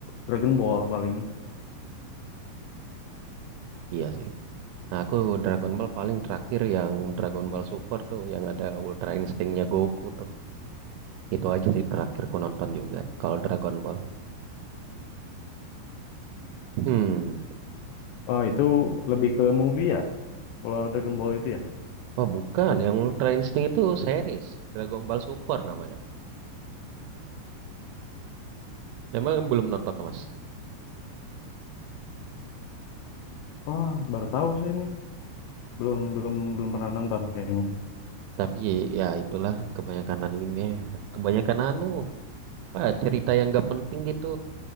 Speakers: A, on the left; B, on the right.
A: Dragon Ball paling.
B: Iya sih. Nah, aku Dragon Ball paling terakhir yang Dragon Ball Super tuh yang ada Ultra Instinct-nya Goku tuh. Itu aja sih terakhir ku nonton juga kalau Dragon Ball. Hmm.
A: Oh, itu lebih ke movie ya? Kalau Dragon Ball itu ya?
B: Oh, bukan. Yang Ultra Instinct itu series. Dragon Ball Super namanya. Memang belum nonton tuh, Mas.
A: Wah, baru tahu saya nih. Belum belum belum pernah nonton kayaknya.
B: Tapi ya itulah kebanyakan anime. Kebanyakan anu, apa, cerita yang gak penting gitu